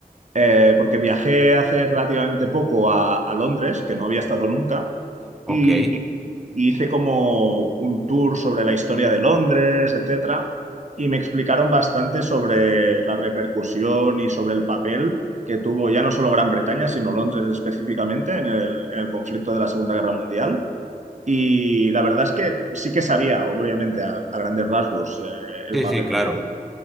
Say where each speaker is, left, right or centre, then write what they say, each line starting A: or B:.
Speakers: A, on the right; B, in the centre.
A: eh, porque viajé hace relativamente poco a, a Londres, que no había estado nunca,
B: Ok,
A: y,
B: sí,
A: y hice como un tour sobre la historia de Londres, etcétera, y me explicaron bastante sobre la repercusión y sobre el papel que tuvo ya no solo Gran Bretaña, sino Londres específicamente en el, en el conflicto de la Segunda Guerra Mundial. Y la verdad es que sí que sabía, obviamente, a, a grandes rasgos, eh, el
B: sí,
A: papel
B: claro.
A: que tuvo